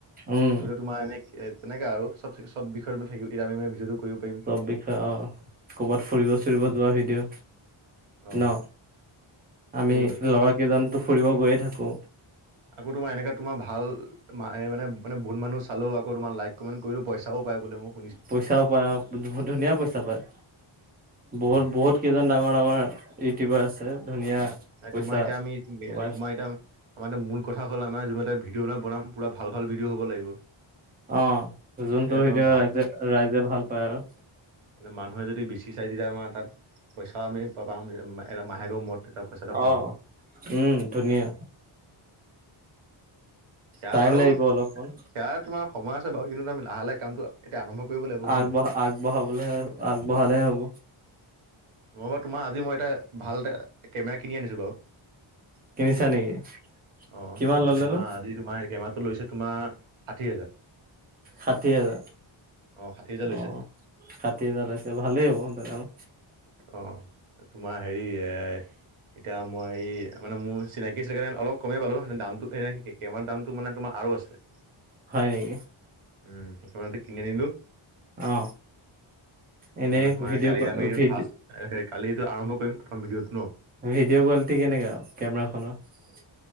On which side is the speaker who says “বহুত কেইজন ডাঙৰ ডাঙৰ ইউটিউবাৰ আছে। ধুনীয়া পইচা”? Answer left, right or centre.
Right